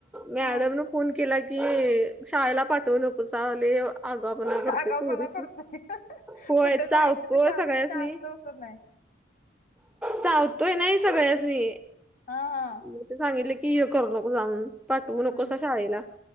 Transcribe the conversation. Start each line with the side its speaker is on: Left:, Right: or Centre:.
Centre: मॅडम
Left: हा.
Centre: न फोन केला. ती शाळेला पाठवू नको चाले. आपण करते
Left: आगाऊपणा
Centre: कोरीस
Left: करतोय.
Centre: होय
Left: कुठे जायचं
Centre: चाहत
Left: तिथे
Centre: को
Left: शांत
Centre: सगळ्याच
Left: शांत
Centre: नाही.
Left: बसत नाही.
Centre: चावतोय नाही सगळ्याचनी
Left: हा हा.
Centre: म सांगितले. की करू नको जाऊन पाठवू नको
Left: हम्म
Centre: अस शाळेला